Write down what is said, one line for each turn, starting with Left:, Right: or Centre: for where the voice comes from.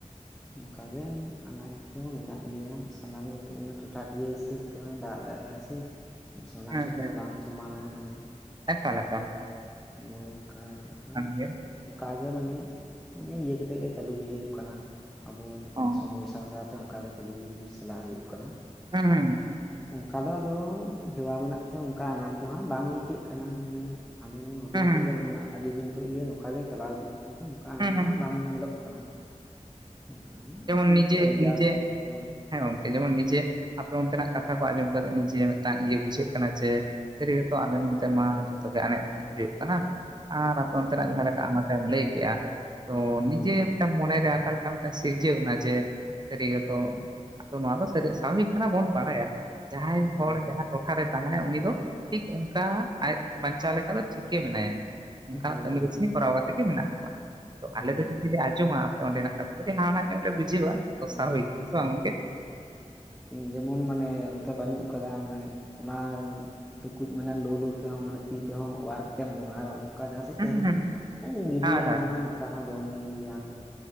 Centre: ᱚᱱᱠᱟᱜᱮ ᱟᱱᱟᱴ ᱫᱚ ᱢᱮᱱᱟᱜ ᱜᱮᱭᱟ ᱥᱟᱱᱟᱢᱮ ᱴᱚᱴᱷᱟᱠᱤᱭᱟᱹ ᱦᱤᱥᱟᱹᱵ ᱛᱮᱦᱚᱸ ᱫᱟ ᱫᱟᱜ ᱫᱟᱲᱮᱜᱼᱟ ᱥᱮ ᱥᱟᱱᱟᱢ
Right: ᱦᱮᱸ
Centre: ᱥᱮᱫ ᱫᱚ ᱵᱟᱝ ᱥᱚᱢᱟᱱᱟ ᱢᱟᱱᱮ
Right: ᱛᱟᱦᱚᱞᱮ ᱞᱮᱠᱷᱟᱱ
Centre: ᱦᱳᱭ ᱚᱱᱠᱟ ᱟᱫᱚ
Right: ᱜᱮᱭᱟ
Centre: ᱚᱱᱠᱟ ᱜᱮ ᱢᱟᱱᱮ ᱢᱟᱱᱮ ᱤᱭᱟᱹ ᱠᱟᱛᱮᱜ ᱜᱮ ᱪᱟᱹᱞᱩᱭ ᱦᱩᱭᱩᱜ ᱟᱵᱚ ᱱᱚᱝᱠ
Right: ᱚ ᱦᱩᱸ
Centre: ᱥᱚᱢᱚᱭ ᱥᱟᱶ ᱥᱟᱶᱛᱮ ᱚᱱᱠᱟ ᱜᱮ ᱪᱟᱹᱞᱩ ᱪᱟᱞᱟᱜ ᱦᱩᱭᱩᱜ ᱠᱟᱱᱟ
Right: ᱦᱩᱸ
Centre: ᱚᱱᱠᱟ ᱫᱚ ᱟᱫᱚ ᱦᱮᱣᱟ ᱢᱮᱱᱟᱜ ᱛᱮ ᱚᱱᱠᱟ ᱟᱱᱟᱴ ᱫᱚ ᱦᱟᱸᱜ ᱵᱟᱝ ᱟᱹᱭᱠᱟᱹᱜ ᱠᱟᱱᱟ ᱢᱟᱱᱮ ᱦᱟᱱᱮ ᱦᱩᱰᱤᱧ
Right: ᱦᱩᱸ
Centre: ᱠᱷᱚᱱᱚᱡ ᱜᱮ ᱢᱟᱱ ᱟᱹᱰᱤ ᱫᱤᱱ ᱦᱳᱭ ᱤᱭᱟ ᱱᱚᱝᱠᱟ ᱜᱮ ᱪᱟᱞᱟᱣ ᱤᱫᱤᱜ ᱠᱟᱱᱛᱮ ᱚᱱᱠᱟ ᱟᱱᱟ
Right: ᱦᱩᱸ ᱦᱩᱸ
Centre: ᱫᱷᱟᱣ ᱵᱟᱝ ᱧᱮᱞᱚᱜ ᱠᱟᱱᱟ ᱵᱟᱠᱷᱟᱱ
Right: ᱡᱮᱢᱚᱱ
Centre: ᱴᱷᱤᱠ
Right: ᱱᱤᱡᱮ
Centre: ᱜᱮᱭᱟ ᱵᱷᱮᱡᱟ
Right: ᱱᱤᱡᱮ
Centre: ᱦᱳᱭ
Right: ᱦᱮᱸ ᱜᱚᱝᱠᱮ ᱡᱮᱢᱚᱱ ᱱᱤᱡᱮ ᱟᱯᱮ ᱚᱱᱛᱮᱱᱟᱜ ᱠᱟᱛᱷᱟ ᱠᱚ ᱟᱸᱡᱚᱢ ᱱᱤᱡᱮ ᱢᱤᱫᱟᱝ ᱤᱭᱟᱹ ᱵᱩᱡᱷᱟᱹᱜ ᱠᱟᱱᱟ ᱡᱮ ᱥᱟᱨᱤ ᱠᱟᱛᱷᱟ ᱟᱢ ᱮᱢ ᱡᱚᱢ ᱟ ᱡᱷᱚᱛᱚ ᱜᱮ ᱟᱱᱮᱡ ᱫᱷᱟᱱᱮᱡ ᱦᱩᱭᱩᱜ
Centre: ᱦᱳᱭ
Right: ᱠᱟᱱᱟ ᱟᱨ ᱟᱯᱮ ᱚᱱᱛᱮ
Centre: ᱦᱩᱸ
Right: ᱱᱟᱜ ᱡᱟᱦᱟᱸ ᱞᱮᱠᱟ ᱚᱱᱟᱛᱮᱢ ᱞᱟᱹᱭ ᱠᱮᱫᱮᱜᱼᱟ ᱛᱚ
Centre: ᱦᱳᱭ
Right: ᱱᱤᱡᱮ ᱢᱤᱫᱴᱟᱝ ᱢᱚᱱᱮ ᱨᱮ ᱟᱠᱟ ᱞᱮᱠᱟ ᱢᱤᱫᱴᱟᱝ ᱥᱤᱨᱡᱟᱹᱣ ᱮᱱᱟ ᱡᱮ ᱥᱟᱹᱨᱤ ᱜᱮᱛᱚ
Centre: ᱦᱩᱸ
Right: ᱛᱚ ᱱᱚᱣᱟ ᱫᱚ ᱥᱟᱹᱨᱤ ᱥᱟᱵᱤᱠ ᱠᱟᱱᱟ ᱵᱚᱱ ᱵᱟᱲᱟᱭᱟ ᱡᱟᱦᱟᱸᱭ ᱦᱚᱲ
Centre: ᱦᱳᱭ
Right: ᱡᱟᱦᱟᱸ ᱴᱚᱴᱷᱟᱨᱮ ᱛᱟᱦᱮᱱᱟᱭ ᱩᱱᱤ ᱫᱚ ᱴᱷᱤᱠ ᱚᱱᱠᱟ ᱟᱡ ᱵᱟᱧᱪᱟᱣ ᱞᱮᱠᱟ ᱫᱚ ᱴᱷᱤᱠ ᱜᱮ ᱢᱮᱱᱟᱭᱟ ᱚᱱᱠᱟᱱᱟᱜ
Centre: ᱦᱳᱭ
Right: ᱠᱟᱹᱢᱤ
Centre: ᱦᱳᱭ
Right: ᱠᱟᱹᱟᱹᱥᱱᱤ ᱠᱚᱨᱟᱣ ᱠᱟᱛᱮ ᱜᱮ ᱢᱮᱱᱟᱜᱼᱟ ᱛᱚ
Centre: ᱦᱩᱸ
Right: ᱟᱞᱮ ᱡᱩᱫᱤ
Centre: ᱦᱩᱸ
Right: ᱞᱮ ᱟᱸᱡᱚᱢᱟ ᱟᱯᱮ ᱚᱸᱰᱮᱱᱟᱜ ᱠᱟᱛᱷᱟ ᱛᱚᱵᱮ ᱱᱚᱣᱟ ᱢᱟ ᱧᱮᱞ ᱟᱜᱩᱭᱟ ᱫᱚᱥᱟ ᱦᱩᱭᱩᱜ
Centre: ᱦᱳᱭ
Right: ᱠᱟᱱᱟ
Centre: ᱦᱳᱭ
Right: ᱥᱮ ᱵᱟᱝ ᱜᱚᱢᱠᱮ
Centre: ᱡᱮᱢᱚᱱ ᱢᱟᱱᱮ ᱱᱚᱛᱮ ᱵᱟᱹᱱᱩᱜ ᱠᱟᱫᱟ ᱢᱟᱱᱮ ᱚᱱᱟ ᱴᱩᱠᱩᱡ ᱢᱟᱱᱮ ᱞᱳ ᱞᱩ ᱛᱮᱦᱚᱸ ᱢᱟᱱᱮ ᱛᱤ ᱛᱮᱦᱚᱸ ᱚᱣᱟᱨ ᱠᱟᱛᱮᱢ ᱡᱚᱢᱟ ᱟᱨ ᱱᱚᱝᱠᱟ ᱡᱟᱦᱟᱸ
Right: ᱦᱩᱸ ᱦᱩᱸ
Centre: <unintelligible> ᱜᱤᱰᱣᱟᱜ
Right: ᱦᱳᱭ ᱦᱳᱭ
Centre: ᱧᱟᱢᱟ ᱱᱚᱝᱠᱟ ᱦᱚᱸ ᱡᱚᱢ ᱜᱮᱭᱟ ᱠᱚ